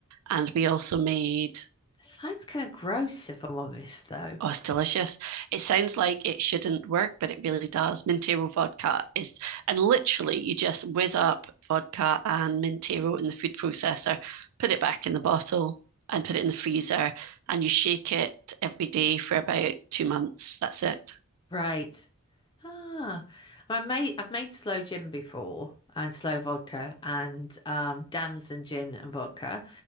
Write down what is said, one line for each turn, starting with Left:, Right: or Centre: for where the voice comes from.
Right: and we also made.
Left: It sounds kind of gross, if I'm honest, though.
Right: Oh, it's delicious. It sounds like it shouldn't work, but it really does. Mintero vodka is, and literally, you just whiz up vodka and Mintero in the food processor, put it back in the bottle, and put it in the freezer, and you shake it every day for about two months. That's it.
Left: Right. Ah, I made I've made slow gin before and slow vodka and um, damson gin and vodka